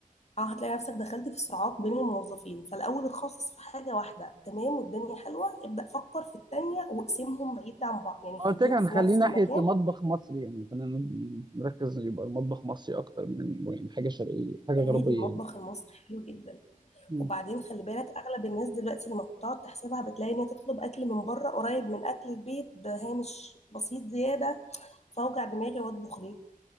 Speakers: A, on the left (about 50°); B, on the right (about 30°).
A: اه هتلاقي نفسك دخلت في صراعات بين الموظفين فالاول اتخصص في حاجه واحده تمام والدنيا حلوه ابدا فكر في التانيه واقسمهم بعيد عن بعض يعني
B: ما قلت
A: خليهم
B: لك هنخليه
A: في نفس
B: ناحية
A: المكان
B: المطبخ مصري يعني خلينا نركز يبقى المطبخ مصري أكتر من يعني حاجة شرقية حاجة
A: تلميذ
B: غربية
A: المطبخ المصري حلو جدا
B: يعني.
A: وبعدين خلي بالك اغلب الناس دلوقتي لما بتقعد تحسبها بتلاقي ان هي تطلب اكل من بره قريب من اكل البيت بهامش بسيط زياده فاوجع دماغي واطبخ ليه